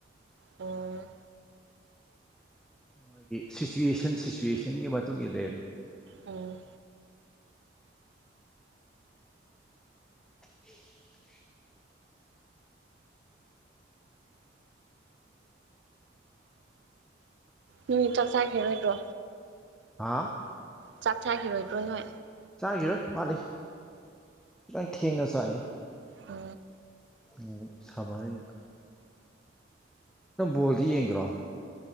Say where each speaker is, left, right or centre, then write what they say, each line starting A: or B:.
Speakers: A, on the right (about 70°); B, in the centre.
A: ꯎ
B: <unintelligible> ꯁꯤꯆꯨꯋꯦꯁꯟ ꯁꯤꯆꯨꯋꯦꯁꯟꯒꯤ ꯃꯇꯨꯡ ꯏꯜꯂꯦ ꯑꯗꯨꯝ
A: ꯎꯝ
B: <inaudible>
A: ꯅꯣꯏ ꯆꯥꯛ ꯆꯥꯈꯤꯔꯣꯏꯗ꯭ꯔꯣ
B: ꯍꯥꯥ
A: ꯆꯥꯛ ꯆꯥꯈꯤꯔꯣꯏꯗ꯭ꯔꯣ ꯅꯣꯏ
B: ꯆꯥꯈꯤꯔꯣꯏ ꯋꯥꯠꯂꯤ ꯈꯤꯇꯪ ꯊꯦꯡꯅ ꯆꯥꯏꯌꯦ
A: ꯎ
B: ꯎ <unintelligible> ꯅꯪ ꯕꯣꯜꯗꯤ ꯌꯦꯡꯗ꯭ꯔꯣ